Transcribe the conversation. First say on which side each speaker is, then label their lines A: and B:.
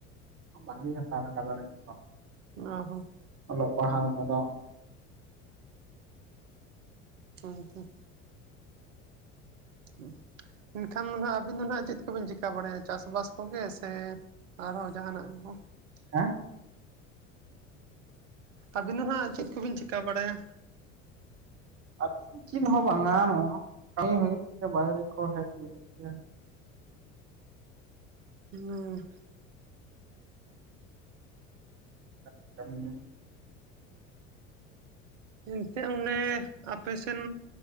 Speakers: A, on the right; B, on the right.
A: ᱵᱟᱹᱜᱤ ᱦᱟᱛᱟᱲ ᱟᱠᱟᱫ ᱞᱤᱧ
B: ᱚ ᱦᱚ
A: ᱚᱞᱚᱜ ᱯᱟᱲᱦᱟᱣ ᱠᱚᱫᱚᱼᱼ
B: <unintelligible> <unintelligible> ᱮᱱᱠᱷᱟᱱ ᱫᱚ ᱱᱟᱦᱟᱜ ᱟᱵᱤᱱ ᱫᱚ ᱱᱟᱦᱟᱜ ᱪᱮᱫ ᱠᱚᱵᱤᱱ ᱪᱤᱠᱟᱹ ᱵᱟᱲᱟᱭᱟ ᱪᱟᱥᱵᱟᱥ ᱠᱚᱜᱮ ᱥᱮ ᱟᱨᱦᱚᱸ ᱡᱟᱦᱟᱱᱟᱜ ᱠᱚ?
A: ᱦᱮᱸ
B: ᱟᱹᱵᱤᱱ ᱫᱚ ᱱᱷᱟᱜ ᱪᱮᱫ ᱠᱚᱵᱤᱱ ᱪᱤᱠᱟᱹ ᱵᱟᱲᱟᱭᱟ?
A: <unintelligible> ᱪᱮᱫ ᱦᱚᱸ ᱵᱟᱝᱟ ᱱᱚᱣᱟ ᱠᱟᱹᱢᱤ ᱦᱩᱭᱩᱜ ᱜᱮᱭᱟ ᱵᱟᱭᱨᱮ ᱠᱚ ᱦᱮᱡ ᱦᱩᱭᱩᱜ ᱜᱮᱭᱟ ᱾
B: <unintelligible>
A: <unintelligible>
B: ᱮᱱᱛᱮ ᱚᱱᱮ ᱟᱯᱮᱥᱱ